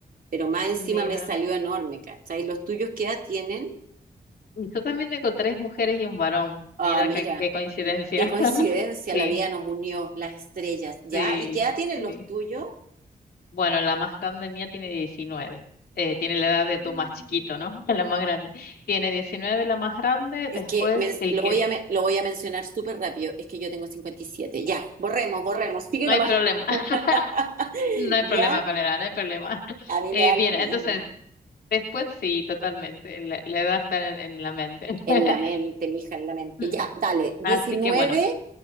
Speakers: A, on the right; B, on the left.
A: pero más encima
B: Mira.
A: me salió enorme, ¿cachai? ¿Los tuyos qué edad tienen?
B: Y Yo también tengo tres mujeres y un varón.
A: Ah,
B: Mira
A: mira,
B: qué, qué coincidencia.
A: qué coincidencia,
B: <laughs> Sí,
A: la vida nos unió, las estrellas, ¿ya?
B: sí,
A: ¿Y qué edad tienen
B: sí.
A: los tuyos?
B: Bueno, la más grande mía tiene diecinueve Eh, tiene la
A: Mm.
B: edad de tu más chiquito, ¿no? <laughs> La más grande. Tiene 19 la más grande,
A: Es
B: después
A: que me-
B: el
A: lo
B: que
A: voy
B: es.
A: a, me- lo voy a mencionar súper rápido. Es que yo tengo 57. Ya, borremos, borremos. Sigue
B: No
A: nomás.
B: hay problema, <laughs>
A: <laughs>
B: no hay
A: Ya,
B: problema con la edad, no hay problema. <laughs>
A: a mí
B: Eh,
A: me da
B: bien,
A: lo mismo.
B: entonces, después sí, totalmente. La, la edad está en, en la mente.
A: En
B: <laughs>
A: la mente, mija, en la mente.
B: Ujú.
A: Ya, dale. 19.
B: Así que bueno.